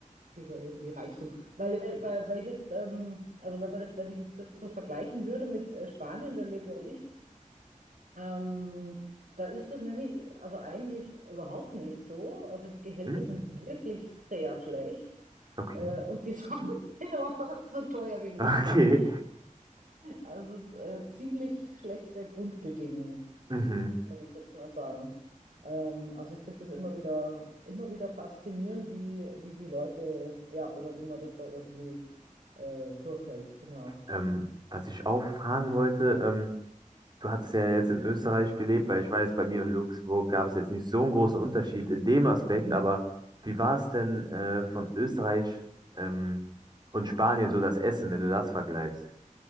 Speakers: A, on the right (about 70°); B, on the right (about 30°).
A: dieser irgendwie Reichtum. Weil, äh, weil, weil ich jetzt, ähm, also wenn man das, wenn ich jetzt das so vergleichen würde mit äh, Spanien, da lebe ja ich, ähm, da ist es nämlich, also eigentlich überhaupt nicht so. Also die Gehälter
B: mhm,
A: sind wirklich sehr schlecht.
B: okay,
A: Äh, und die <laughs> Sachen sind aber fast so teuer wie in Österreich.
B: <laughs> okay.
A: Also es ist äh, ziemlich schlechte Grundbedingungen
B: Mhm.
A: würde ich jetzt mal sagen. Ähm, also ich finde das immer wieder, immer wieder faszinierend, wie, wie die Leute, ja, oder wie man das da irgendwie äh, durchhält, genau.
B: Ähm, was ich auch fragen wollte, ähm, du hattest ja jetzt in Österreich gelebt, weil ich weiß, bei mir in Luxemburg gab es jetzt nicht so einen großen Unterschied in dem Aspekt,
A: Mhm.
B: aber wie war es denn äh, von Österreich ähm, und Spanien so das Essen, wenn du das vergleichst?